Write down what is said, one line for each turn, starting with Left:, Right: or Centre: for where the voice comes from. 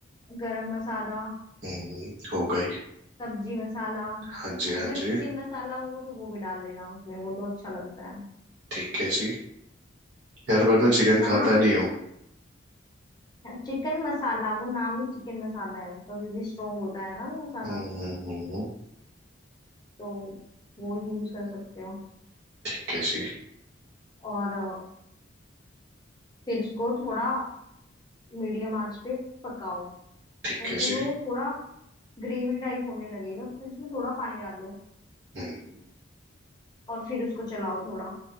Left: गरम मसाला
Right: हम्म हो गई
Left: सब्जी मसाला
Right: हाँ जी हाँ
Left: अगर
Right: जी
Left: चिकन मसाला हो तो वो भी डाल लेना उसमें वो तो अच्छा लगता है
Right: ठीक है जी यार पर मैं चिकन
Left: है
Right: खाता
Left: ना
Right: नहीं हूँ
Left: चिकन मसाला वो नाम ही चिकन मसाला है उसका क्योंकि स्ट्रोंग होता है ना वो मसाला
Right: हम्म हम्म,
Left: तो वो यूज कर सकते हो
Right: ठीक है जी
Left: और अ, फिर इसको थोड़ा मीडियम आंच पे पकाओ
Right: ठीक
Left: और फिर
Right: है जी
Left: वो थोड़ा ग्रेवी टाइप होने लगेगा फिर इसमें थोड़ा पानी डालो
Right: हम्म
Left: और फिर उसको चलाओ थोड़ा